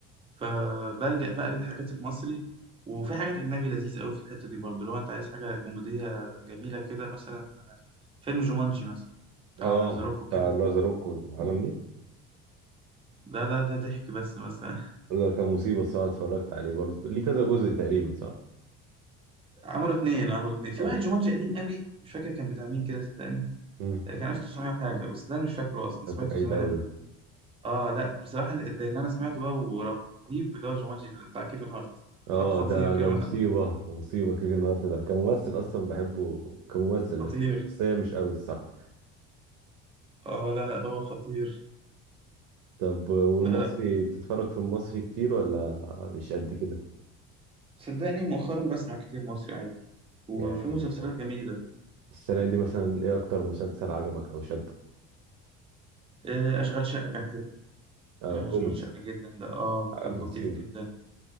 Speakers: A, on the right; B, on the right.
A: فبلجأ بقى للحاجات المصري وفي حاجات اجنبي لذيذه قوي في الحته دي برضه لو انت عايز حاجه كوميديه جميله كده مثلا فيلم جومانجي مثلا بتاع
B: اه
A: ذا روك وكيفن
B: بتاع
A: هارت.
B: لازاروك والعالم دي
A: ده ده ده ضحك بس مثلا
B: ده كان مصيبة الصراحة اتفرجت عليه برضه ليه كذا جزء تقريبا صح؟
A: عملوا اتنين عملوا اتنين في
B: اه
A: واحد جومانجي قديم قوي مش فاكر كان بتاع مين كده صدقني
B: امم
A: آه، كان 1900 وحاجة بس ده أنا مش فاكره أصلا
B: انت
A: سمعته
B: بعيد
A: زمان
B: قوي
A: قوي
B: ده
A: اه لا بصراحة اللي اللي أنا سمعته بقى ورهيب اللي هو جومانجي اللي بتاع كيفن هارت خ-
B: اه
A: خطير
B: ده
A: كيفن
B: ده مصيبة
A: هارت
B: مصيبة كيفن هارت ده كممثل اصلا بحبه كممثل
A: خطير
B: بس شخصية مش قوي الصراحة
A: اه لا لا هو خطير
B: طب والمصري
A: لا لا
B: بتتفرج في المصري كتير ولا مش قد كده؟
A: صدقني مؤخرا بسمع كتير مصري عادي وفي
B: يعني
A: مسلسلات جميلة
B: السنة دي مثلا ايه اكتر مسلسل عجبك او شدك؟
A: آه، أشغال شقة كان حلو
B: آه
A: آه،
B: كوميدي
A: أشغال شقة جدا ده اه
B: آه
A: كان
B: مصيبة
A: لطيف جدا